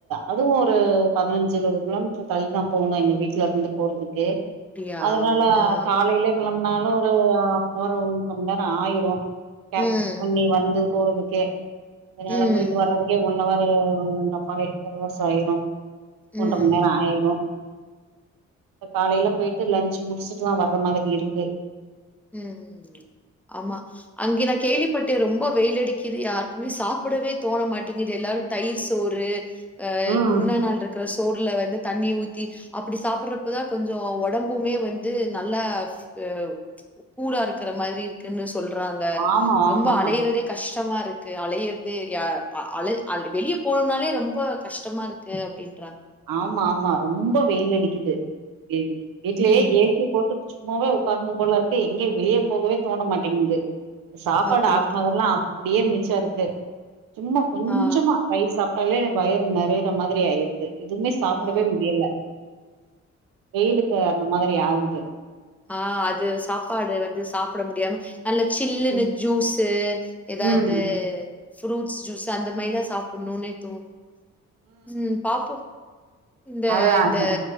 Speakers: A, on the right; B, in the centre.
A: அதுவு ஒரு பதுனஞ்சு இருவது கிலோமீட்ரு தள்ளிதா போணு எங்க வீட்லேர்ந்து போறதுக்கு
B: அப்டியா
A: அதுனால
B: ஆ
A: காலைலே கெளம்னாலு ஒரு ஆஃப்னவரு ஒர் முக்காமண்நேரொ ஆயிரு கேப்
B: ம்
A: புக் பண்ணி வந்து போறதுக்கே அதுனால
B: ம்
A: போய் ஒன்னவரு டப்பாவே ஒரு வர்ஷோ ஆய்ரு
B: ம்
A: ஒன்ர மண்நேரொ ஆயிரு இப்ப காலைல பொய்ட்டு லஞ்ச் முடிச்சிட்டு தா வர்ற மாதிரி இருக்கு
B: ம் ம் ம் ஆமா அங்கே நா கேள்விப்பட்டே ரொம்பொ வெயிலடிக்கிது யாருக்குமே சாப்புடவே தோண மாட்டேங்கிது எல்லாரு தயிர் சோறு ஆ
A: ம்.
B: முன்ன நாள் இருக்ற சோறுல வந்து தண்ணி ஊத் தி அப்டி சாப்புர்றப்பதா கொஞ்சோ ஒடம்புமே வந்து நல்லா ஃப் ஆ கூலா இருக்குற மாரி இருக்குனு சொல்றாங்க
A: ஆமா,
B: ரொம்பொ
A: ஆமாப்பா.
B: அலைறதே கஷ்டமா இருக்கு அலயர்தே ய அ அல அ வெளிய போனுன்னாலே ரொம்போ கஷ்டமா இருக் கு அப்டின்றாங்
A: ஆமா ஆமா ரொம்போ வெயிலடிக்கிது லில் வீட்லயே
B: ம்
A: ஏசி போட்டு சும்மாவே ஒக்கார்ணு போல இருக்கு எங்கயு வெளிய போகவே தோண மாட்டேங்கிது சாப்பாடு
B: அப்டிங்
A: ஆக்குனதெல்லா அப் அப்டியே மிச்ச இருக்கு சும்மா கொஞ்சமா
B: ஆ
A: ரைஸ் சாப் ட்டாலே வயிறு நெறையிற மாரி ஆயிருது எதுவுமே சாப்டவே
B: ஆ
A: முடியல வெயிலுக்கு அந்த மாதிரி ஆகுது
B: ஆ அது சாப்பாடு வந்து சாப்ட முடியாம நல்ல சில்லன்னு
A: ம்,
B: ஜூஸு எதாவுது
A: ம்,
B: ஃப்ரூட்ஸ் ஜூஸ் அந்த மாரிதா சாப்புணுனே தோனு ம் பாப்போ இந்த
A: அதான்
B: இந்த
A: அதான்.